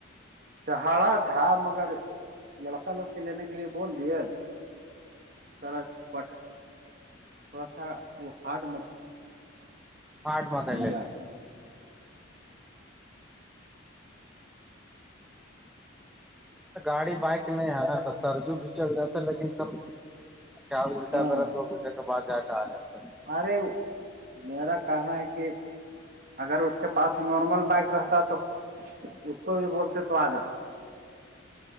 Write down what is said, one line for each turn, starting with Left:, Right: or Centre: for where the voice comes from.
Right: ہرا ہاں مگر لڑکا لوگ کے لینے کے لیے بول دیے سارا پٹ تھوڑا سا وہ ہارڈ
Centre: آاںٹ ماتا
Right: لیا
Centre: لے گاڑی بائک نہیں ہے سرجو بھی چل جات تھے لیکن کب کیا الٹا
Right: ہاں
Centre: بھرا دو مجھے کے بعد جا کے آ جاتا
Right: ارے میرا کہنا ہے کہ اگر اس کے پاس نارمل بائک رہتا تو ایک توو یہ بولتے تو آ جاتا